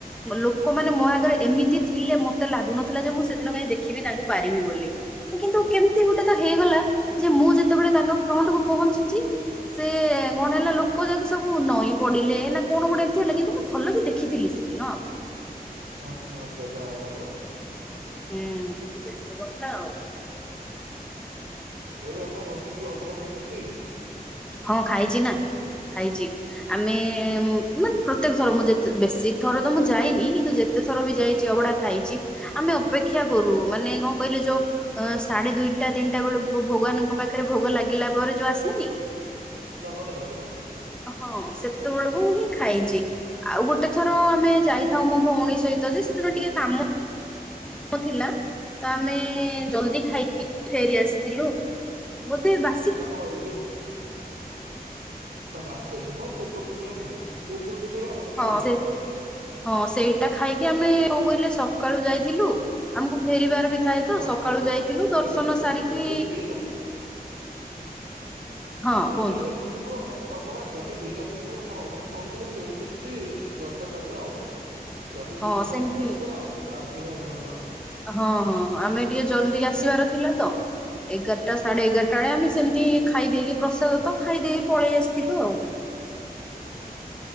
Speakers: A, in the centre; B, on the right.
A: ଲୋକମାନେ ମୋ ଆଗରେ ଏମିତି ଥିଲେ ମତେ ଲାଗୁନଥିଲା ଯେ ମୁଁ ସେଦିନ କାଇଁ ଦେଖିବି ତାଙ୍କୁ ପାରିବି ବୋଲି। କିନ୍ତୁ କେମିତି ଗୋଟେ ତ ହେଇଗଲା ଯେ ମୁଁ ଯେତେବେଳେ ତାଙ୍କ ଫ୍ରଣ୍ଟ କୁ ପହଞ୍ଚିଛି। ସେ କଣ ହେଲା ଲୋକ ଯାକ ସବୁ ନଈଁ ପଡିଲେ ନା କଣ ଗୋଟେ ଏମିତି ହେଲା କିନ୍ତୁ ମୁଁ ଭଲ କି ଦେଖ ଖିଥିଲି ସେଦିନ।
B: ଆଛ ତ ଯାଅ ଭଲ <unintelligible>
A: ହୁଁ ସେମିତି କଥା ଆଉ।
B: ତେଣୁ ଆପଣ ବସିକିରି ଅଭଢା ଖାଇଛନ୍ତି।
A: ହଁ ଖାଇଛି ନା ଖାଇଛି। ଆମେ ମାନେ ପ୍ରତ୍ୟେକ ଥର ମୁଁ ଯେତ ବେଶୀ ଥର ତ ମୁଁ ଯାଇନି କିନ୍ତୁ ଯେ ତେଥର ବି ଯାଇଛି ଅଭଡା ଖାଇଛି ଆମେ ଅପେକ୍ଷା କରୁ ମାନେ କଣ କହିଲେ ଯୋଉ ଅ ସାଢେ ଦୁଇଟା ତିନିଟା ବେଳକୁ ଭଗବାନଙ୍କ ପାଖରେ ଭୋଗ ଲାଗିଲା ପରେ ଯୋଉ ଆସେନି
B: ନଗଦ ଟା ଯୋଉଟା।
A: ହଁ ସେତେବେଳକୁ ହିଁ ଖାଇଛି। ଆଉ ଗୋଟେ ଥର ଆମେ ଯାଇଥାଉ ମୋ ଭଉଣୀ ସହିତ ଯେ ସେଦିନ ଟିକେ କାମ ଥିଲା ତ ଆମେ ଜଲଦି ଖାଇକି ଫେରି ଆସିଥିଲୁ। ବୋଧେ ବା
B: <unintelligible> ନା ବାସି ନୁହଁ ପୂର୍ବ ଦିନରେ ରୁହେ ପୂର୍ବ ଦିନର ଅବଢା ଟା
A: ହଁ
B: ରୁହେ।
A: ସେ ହଁ ସେଇଟା ଖାଇକି ଆମେ କଣ କହିଲେ ସକାଳୁ ଯାଇଥିଲୁ ଆମକୁ ଫେରିବାର ବି ଥାଏ ତ
B: ହଁ
A: ସକାଳୁ ଯାଇଥିଲୁ
B: ଦିଟା
A: ଦର୍ଶନ
B: ପର୍ଯ୍ୟନ୍ତ
A: ସାରିକି
B: ଯଦି ଦିଟା
A: ହଁ
B: ଜଦି
A: କୁହନ୍ତୁ
B: ଦିନ <unintelligible> ରୁ ପୂର୍ବ ରୁ ଅଭଢା ଯଦି ଦିଟା ପୂର୍ବରୁ ଆପଣ ଅଭଢା କହୁଛନ୍ତି ସେ ହଉଛନ୍ତି ଗତକାଲିର ଅଭଢା। ଯଦି ଦିଟା
A: ହଁ
B: ପରେ
A: ସେମିତି
B: ଖାଇଲ ତାହେଲେ ଆଜିର ଅଭଡା <unintelligible>
A: ହଁ ହଁ ହଁ ଆମେ ଟିକେ ଜଲଦି ଆସିବାର ଥିଲା ତ ଏଗାରଟା ସାଢେ ଏଗାର ସେତେବେଳେ ଆମେ ସେମିତି ଖାଇ ଦେଇେଇକି ପ୍ରସାଦ ତ ଖାଇଦେଇକି ପଳେଇ ଆସିଥିଲୁ ଆଉ।
B: ହୁଁ।